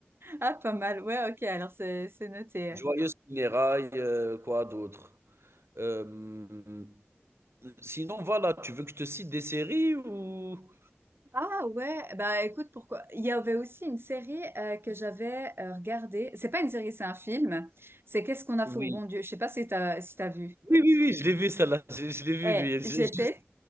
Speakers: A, on the right (about 65°); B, on the right (about 80°).
A: Ah, pas mal. Ouais, ok. Alors c'est c'est noté.
B: Joyeuse Funérailles, euh, quoi d'autre? Euh, sinon, voilà, tu veux que je te cite des séries ou...
A: Ah ouais. Bah écoute, pourquoi? Il y avait aussi une série euh, que j'avais euh, regardée. C'est pas une série, c'est un film. C'est Qu'est-ce qu'on a
B: Oui.
A: fait au bon Dieu? Je sais pas si t'as si t'as vu.
B: Oui, oui, oui, je l'ai vu, celle-là. Je, je l'ai vu,
A: Eh,
B: lui. Je-
A: j'étais
B: je-